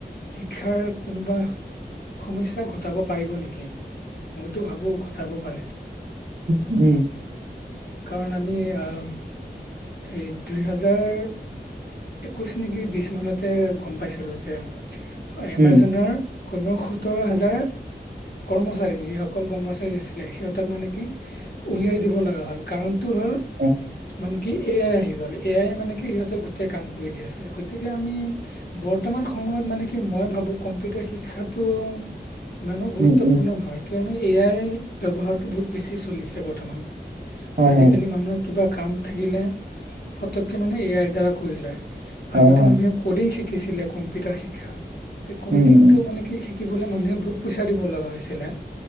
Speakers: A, on the left (about 60°); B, on the right (about 55°).
A: শিক্ষাৰ কোনোবা সমস্যা ঘটাব পাৰিব নেকি, মইতো ভাবো ঘটাব পাৰে।
B: উম
A: কাৰণ আমি আহ এই দুই হাজাৰ একৈশ নেকি বিশ মানতে গম পাইছিলো যে, এমাজনৰ
B: উম
A: কমেও সোতৰ হাজাৰ কৰ্মচাৰী যিসকল কৰ্মচাৰী আছিলে, সিহঁতক মানে কি উলিয়াই দিব লগা হ'ল কাৰণটো হ'ল
B: উম
A: মানে কি এ আই আহি গ'ল, এ আই মানে কি সিহঁতে কাম কৰি দ আছে, গতিকে আমি বৰ্তমান সময়ত মানে কি মই ভাবো কম্পিউটাৰ শিক্ষাত ত ইমানো গুৰুত্বপূৰ্ণ
B: উম উম
A: নহয় কিয়নো এ আই ব্যৱহাৰতটো বহুত বেছি চলি আছে বৰ্তমান।
B: হয়
A: আজিকালি
B: হয়
A: মানুহৰ কিবা কাম থাকিলে ফতককে মানে এ আইৰ দ্বাৰা কৰি লয়।
B: হয়
A: আগতে
B: হয়
A: মানুহে কডিং শিকিছিলে, কম্পিউটাৰ শিক্ষা কডিং
B: উম উম
A: টো মানে কি শ শিকিবলৈ মানুহে বহুত পইচা দিব লগা হৈছিলে,